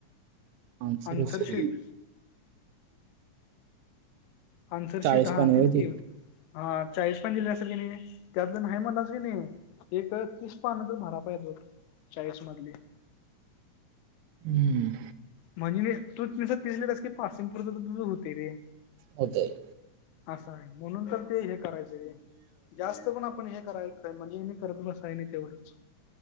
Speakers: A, on the right (about 85°); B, on the left (about 80°).
A: <inaudible> आनसरच
B: आन्सर शीट
A: की.
B: आन्सर
A: चाळीस
B: शीट हा
A: पाणी
B: तीच
A: होती
B: की. हा चाळीस पाणी दिली असेल की नाही. त्यातलं नाही म्हनलास की नाही, एक तीस पान तर भारा पाहिजे बघ चाळीस मधली.
A: <inaudible> हम्म.
B: म्हणजे म तू नुसतं तीस लिहलेस की पासिंग पुरतं तरी तुझं होते रे.
A: होतंय.
B: असं आहे म्हणून तर ते हे करायचं रे. जास्त पण आपण हे करायच काय म्हणजे मी करत बसाय नाही तेवढंच.